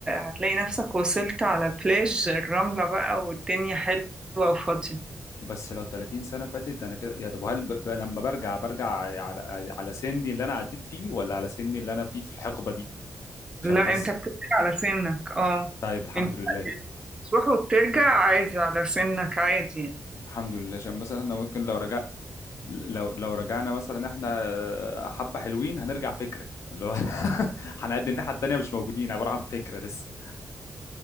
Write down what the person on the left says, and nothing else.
بس لو 30 سنة فاتت انا كده يا طب هل ب... ب... لما برجع برجع على على سني اللي انا عديت فيه ولا على سني اللي انا فيه في الحقبة دي عشان
بس
طيب الحمد
لله
الحمد لله عشان مثلا انا ممكن لو رجعت لو لو رجعنا مثلا احنا آه، حبة حلوين هنرجع فكرة اللي هو <laughs> هنقد الناحية التانية مش موجودين عبارة عن فكرة لسه